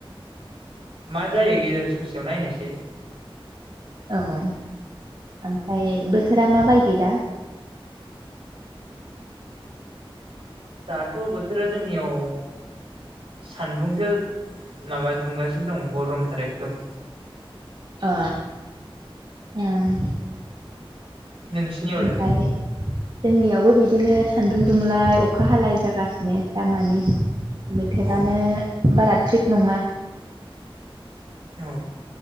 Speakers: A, on the right; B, on the right.
A: मा जायो गेजेर। ससेयाव नायनोसै।
B: औ ओमफाय बोथोरा माबायदि दा। <inaudible>
A: दाथ' बोथोरा जोंनियाव। सानदुंसो माबा दुंगासिन दं गरमथारि एखदम।
B: ओ उम्म।
A: नोंसिनियावलाय
B: ओमफाय जोंनियावबो बिदिनो। सान्दुं दुंलाय अखा हालाय जागासिनो दामानि बोथोरानो
A: औ
B: बाराथ। थिग नंङा।
A: औ।